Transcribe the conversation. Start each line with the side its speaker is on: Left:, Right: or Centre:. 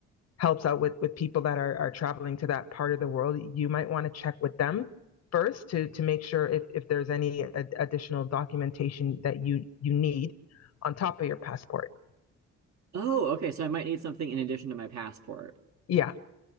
Left: helps out with with people that are, are traveling to that part of the world you might want to check with them first to to make sure if, if there's any ad- additional documentation that you you need on top of your passport
Right: Oh, okay, so I might need something in addition to my passport.
Left: yeah